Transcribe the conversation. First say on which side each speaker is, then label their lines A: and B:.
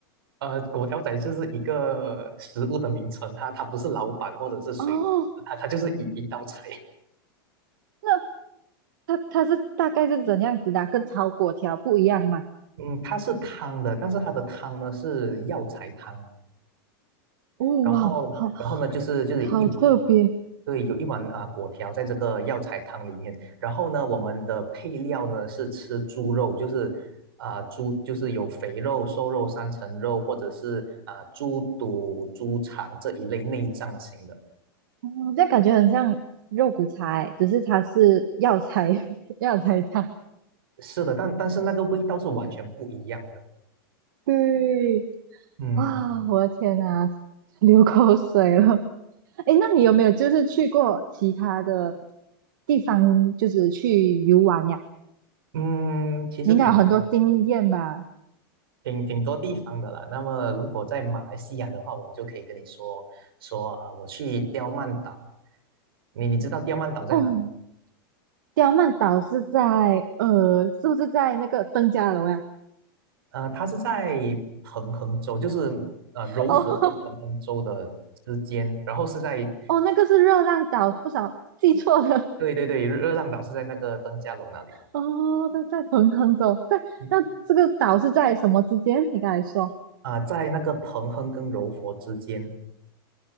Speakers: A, on the right; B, on the right.
A: 呃，果条仔就是一个食物的名称，它它不是老板或者是谁的名字，
B: 哦
A: 它它就是一一道菜。
B: 那他他是大概是怎样子的啊跟炒果条不一样嘛？
A: 嗯，它是汤的，但是它的汤呢是药材汤，
B: 哦哇，
A: 然后然后呢就是就是一碗，
B: 好好特别，
A: 对，有一碗啊、果条在这个药材汤里面，然后呢我们的配料呢是吃猪肉，就是啊、猪就是有肥肉、瘦肉、三层肉或者是啊、猪肚、猪肠这一类内脏型的。
B: 哦，这样感觉很像肉骨茶欸，只是它是药材 <laughs> 药材汤。
A: 是的，但但是那个味道是完全不一样的。
B: 对，
A: 嗯
B: 啊，我的天啊，流口水了。哎，那你有没有就是去过其他的地方，就是去游玩呀？
A: 嗯，其实挺多
B: 你应该有很多经验吧？
A: 挺挺多地方的啦。那么如果在马来西亚的话，我就可以跟你说说啊，我去刁曼岛。你你知道刁曼岛在哪里？
B: 哦，刁曼岛是在呃，是不是在那个登嘉楼呀？
A: 呃，它是在彭亨州，就是呃柔佛跟彭亨州的之间，
B: <laughs> 哦
A: 然后是在
B: 哦，那个是热浪岛，不少记错了。
A: 对对对，热浪岛是在那个登嘉楼那里，
B: 哦，<laughs> 在在彭亨州，在那这个岛是在什么之间？
A: 嗯
B: 你刚才说
A: 啊、在那个彭亨跟柔佛之间。